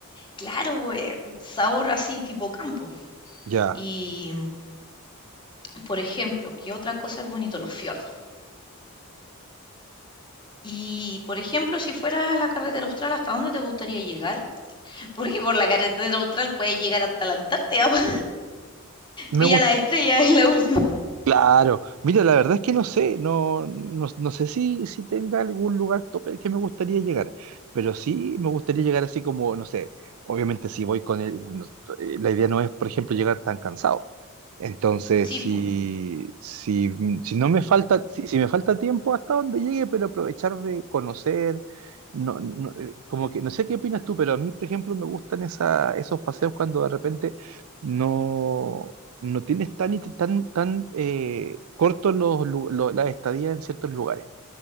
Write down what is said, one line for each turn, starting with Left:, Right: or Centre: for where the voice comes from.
Left: Claro, pues, sabor así tipo campo.
Right: Ya.
Left: Y mm, Por ejemplo, ¿qué otra cosa es bonito? Los fiordos. Y, por ejemplo, si fueras a la carretera austral, ¿hasta dónde te gustaría llegar? <laughs> Porque por la carretera austral puedes llegar hasta la Antártida. <laughs>
Right: Me
Left: Villa
Right: gus-
Left: la Estrella es la última.
Right: Claro, mira, la verdad es que no sé, no, no, no sé si, si tenga algún lugar tope al que me gustaría llegar, pero sí me gustaría llegar así como, no sé, obviamente si voy con el, no- eh, la idea no es, por ejemplo, llegar tan cansado. Entonces,
Left: Sí,
Right: si,
Left: po,
Right: si, mm, si no me falta, si, si me falta tiempo hasta donde llegue, pero aprovechar de conocer, no, no, eh, como que, no sé qué opinas tú, pero a mí, por ejemplo, me gustan esa, esos paseos cuando de repente no no tienes tan, iti- tan, tan eh, cortos los, lu- lo- las estadías en ciertos lugares.